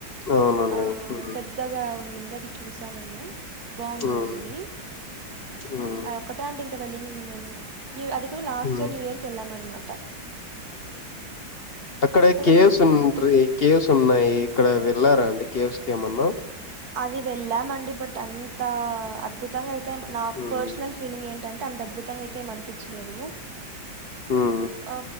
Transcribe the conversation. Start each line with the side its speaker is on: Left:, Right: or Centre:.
Left: అవునండి
Right: ఆ
Left: హ్మ్
Right: పెద్దగా ఉన్నింది అది చూసా నేను బాగుందింది
Left: హ్మ్ హ్మ్
Right: అదొక్కటే అంటే ఇంకా వెళ్ళంది మేము న్ూ అది కూడా లాస్ట్
Left: హ్మ్
Right: ఇయర్ న్యూ ఇయర్ వెళ్ళమనమాట
Left: అక్కడ కేవ్స్
Right: వెళ్ళింటిమి
Left: ఉంట
Right: అనమాట
Left: కేవ్స్ ఉన్నాయి ఇక్కడ వెళ్ళారా అండి కేస్కేమన్నా
Right: అది వెళ్ళామండి బట్ అంత అద్భుతంగా అయితే నా
Left: హ్మ్
Right: పర్సనల్ ఫీలింగ్ ఏంటంటే అే అంత అద్భుతంగా అయితే ఏమ అనిపించలేదు
Left: హ్మ్
Right: ఆ